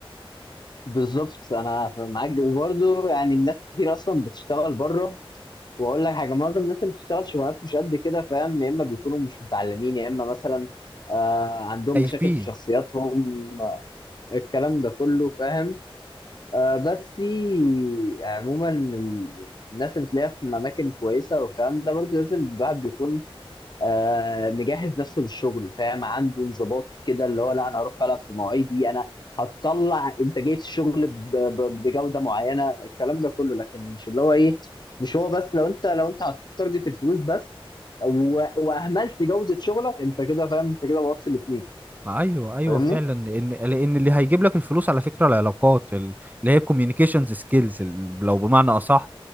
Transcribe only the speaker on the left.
بالظبط انا معاك وبرده يعني الناس كتير اصلا بتشتغل بره واقول لك حاجه معظم الناس اللي بتشتغل شغلانات مش قد كده فاهم يا اما بيكونوا مش متعلمين يا اما مثلا آه عندهم
مشاكل في شخصياتهم آه، الكلام ده كله فاهم آه بس عموما ال- الناس اللي تلاقيها في اماكن كويسه والكلام ده برضو لازم الواحد بيكون آه، مجهز نفسه للشغل فاهم عنده انضباط كده اللي هو لا انا هروح فعلا في مواعيدي انا هتطلع انتاجيه الشغل ب- ب- بجوده معينه الكلام ده كله لكن مش اللي هو ايه مش هو بس لو انت لو انت حطيت تارجت الفلوس بس و- واهملت جوده شغلك انت كده فاهم انت كده بوظت الاثنين
فاهمني